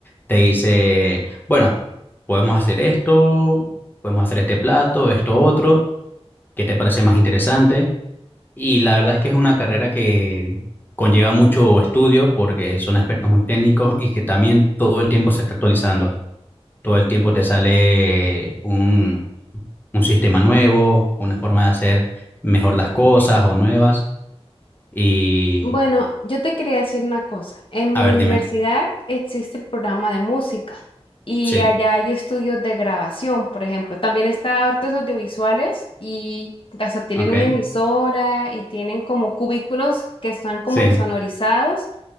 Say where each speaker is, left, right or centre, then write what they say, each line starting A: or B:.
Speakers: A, on the left; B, on the left.
A: te dice, bueno, podemos hacer esto, podemos hacer este plato, esto otro, ¿qué te parece más interesante? Y la verdad es que es una carrera que conlleva mucho estudio porque son aspectos muy técnicos y que también todo el tiempo se está actualizando. Todo el tiempo te sale un, un sistema nuevo, una forma de hacer mejor las cosas o nuevas. Y,
B: Bueno, yo te quería decir una cosa. En
A: a
B: mi
A: ver,
B: universidad
A: dime.
B: existe el programa de música y
A: Sí,
B: allá hay estudios de grabación, por ejemplo. También está artes audiovisuales y hasta tienen
A: ok.
B: una emisora y tienen como cubículos que están como
A: Sí.
B: insonorizados